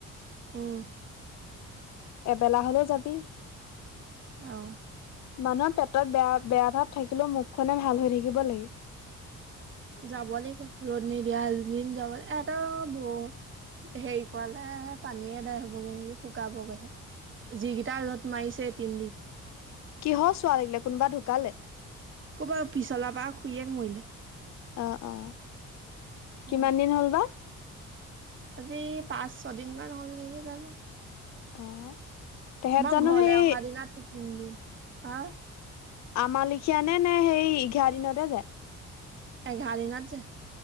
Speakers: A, on the right; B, on the left.
A: উম।
B: এবেলা হ'লেও যাবি
A: আহ।
B: মানুহৰ পেটত বেয়া বেয়া ভাৱ থাকিলেও মুখনে ভাল হৈ থাকিব লাগে।
A: যাব লাগিব ৰ'দ নিদিয়া দিন যাব লাগিব এটা ব হেৰি কৰালে পানীয়ে এদাই হ'বগৈ নেকি শুকাব গেহে যিকেইটা ৰ'দ মাৰিছে এ তিনদিন
B: কিহৰ চোৱা লাগিলে কোনোবা ঢুকালে।
A: ক'বাত পিছলা পাৰৰ খুয়েক মৰিলে।
B: অ অ কিমান
A: অ
B: দিন হ'ল বা
A: আজি পাঁচ ছয়দিন মান হ'ল নেকি জানো
B: অ' তেহেঁত
A: মই
B: জানো
A: ঘৰলে
B: সেই
A: অহাৰ দিনা তিনদিন হা
B: আম লেখিয়া নে নে সেই এঘাৰ দিনতে যায়
A: এঘাৰ দিনত যে